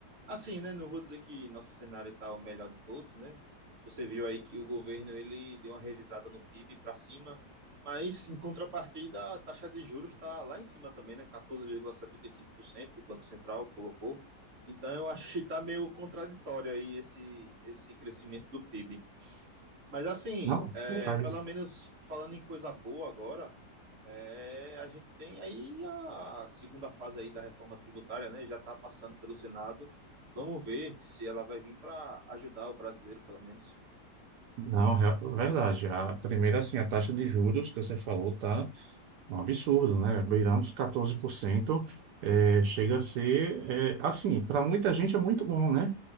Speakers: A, on the right; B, on the right.
A: Assim, né? Não vou dizer que nosso cenário tá o melhor de todos, né? Você viu aí que o governo ele deu uma revisada no PIB para cima, mas em contrapartida a taxa de juros está lá em cima também, né? 14,75% o Banco Central colocou. Então eu acho que tá meio contraditório aí esse esse crescimento do PIB. Mas assim,
B: Não,
A: é,
B: verdade.
A: pelo menos falando em coisa boa agora, É, a gente tem aí a segunda fase aí da reforma tributária, né? Já está passando pelo Senado. Vamos ver se ela vai vir para ajudar o brasileiro, pelo menos.
B: Não, rea- verdade. A primeira, assim, a taxa de juros que você falou tá um absurdo, né? Beirando os 14%. É, chega a ser, é, assim, para muita gente é muito bom, né?